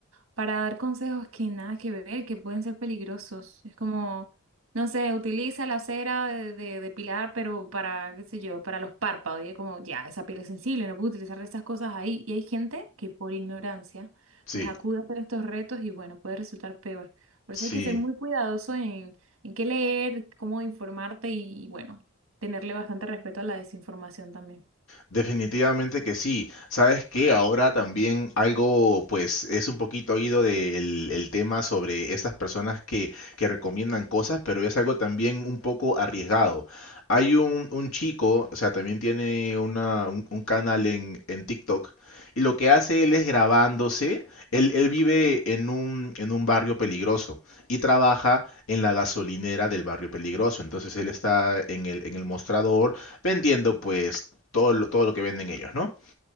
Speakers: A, on the right; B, on the left.
A: para dar consejos que nada que ver, que pueden ser peligrosos. Es como, no sé, utiliza la cera de, de depilar, pero para, qué sé yo, para los párpados. Y es como, ya, esa piel es sensible, no puedo utilizar estas cosas ahí. Y hay gente que por ignorancia,
B: Sí,
A: pues acude a hacer estos retos y bueno, puede resultar peor. Por
B: sí.
A: eso hay que ser muy cuidadoso en, en qué leer, cómo informarte y bueno, tenerle bastante respeto a la desinformación también.
B: Definitivamente que sí. Sabes que ahora también algo, pues, es un poquito oído del el tema sobre esas personas que, que recomiendan cosas, pero es algo también un poco arriesgado. Hay un, un chico, o sea, también tiene una, un, un canal en, en TikTok, y lo que hace él es grabándose. Él, él vive en un, en un barrio peligroso y trabaja en la gasolinera del barrio peligroso. Entonces él está en el, en el mostrador vendiendo pues todo lo, todo lo que venden ellos, ¿no?